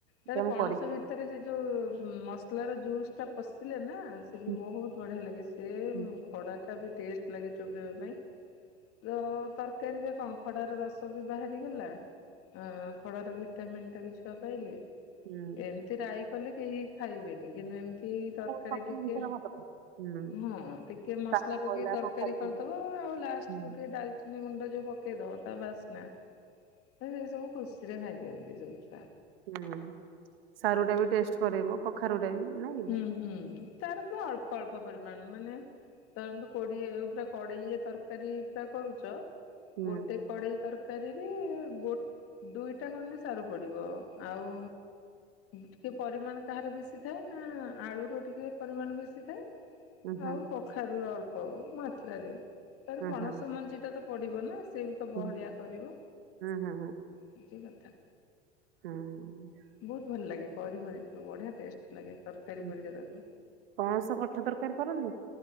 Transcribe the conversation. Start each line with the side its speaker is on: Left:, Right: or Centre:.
Left: ତାର
Right: ସେଟା ମୁଁ
Left: ପଣସ
Right: କରିଛି
Left: ଭିତରେ ସେ ଯୋଉ-ମସ୍ ମସଲାର ଜୁସ୍ ଟା ପଶିଲେ ନା ସେ ବି
Right: ହୁଁ
Left: ବହୁତ ବଢିଆ ଲାଗେ ସେ
Right: ହୁଁ
Left: ଖଡାଟା ବି ଟେଷ୍ଟ ଲାଗେ ଚୋବବା ପାଇଁ ତ ତରକ ତରକାରୀରେ କଣ ଖଡା ର ରସ ବି ବାହାରି ଚାଲା ଆଁ ଖଡା ଭିଟାମନ୍ ଟା ବି ଛୁଆ ପାଇଲେ।
Right: ହୁଁ
Left: ଏମିତି ରାଇ କଲେ କେହି ଖାଇବେନି। କିନ୍ତୁ ଏମିତି ତରକାରୀ
Right: ସବୁ
Left: ଟିକେ
Right: ଜିନିଷରେ ଭଲ ପାଏ ହୁଁ
Left: ହଁ ଟିକେ ମସଲା
Right: ଶାଗ
Left: ପକେଇି
Right: କହିଲା
Left: ତର
Right: କଖାରୁ
Left: ତରକାରି କରିଦବ
Right: କହିଲା
Left: ଆଉ ଲାଷ୍ଟକୁୁ
Right: ହୁଁ।
Left: ଟିକେ ଡାଲ ଚିନି ଗୁଣ୍ଡ ଯୋଉ ପକେଇଦବ ତା ବାସ୍ନା ସେସବୁ ଖୁସିରେ ଖାଇ ଦିଅନ୍ତି ସବୁ ଛୁଆ।
Right: ହୁଁ -ସାରୁ ଟା ବି ଟେଷ୍ଟ କରାଇବ କ କଖାରୁଟା ବି ନାଇଁ
Left: ହୁଁ
Right: କି?
Left: ହୁଁ ତାର ତ ଅଳ୍ପ ଅଳ୍ପ ଅଳ୍ପ ପରିମାଣ ମାନେ ଧରନ୍ତୁ କୋଡି ଏ କଡେଇ ତରକାରୀ ପୁରା କରୁଛ
Right: ହୁଁ ହୁଁ
Left: ଗୋଟେ କଡ଼େଇ ତରକାରୀ। ତରକାରୀରେ ଗୋ ଦୁଇଟା ଖଣ୍ଡଲେେ ସାର ପଡିବ ଆଉ ଟିକେ ପରିମାଣ ତାହାର ବେଶୀ ଥାଏ। ନା ଆଳୁର ର ଟିକେ ପରିମାଣ ବେଶୀ ଥାଏ
Right: ହୁଁ ହୁଁ
Left: ଆଉ କଖାରୁ ର ଅଳ୍ପ ହବ ମାତ୍ରରେ ତାର ପଣସ
Right: ହୁଁ
Left: ମଞ୍ଜି ଟା ତ ପଡିବ ନା ସେ ବି ତ ବହଳିଆ
Right: ହୁଁ
Left: କରିବ
Right: ହୁଁ ହୁଁ
Left: ଆଜି କଥା
Right: ହଁ
Left: ବହୁତ ଭଲ ଲାଗେ କରିବରେ ବଢିଆ ଟେଷ୍ଟ ଲାଗେ ତରକାରୀ
Right: ହୁଁ
Left: ପରିକା ତାକୁ
Right: ପଣସ କଠା ତରକାରୀ କରନି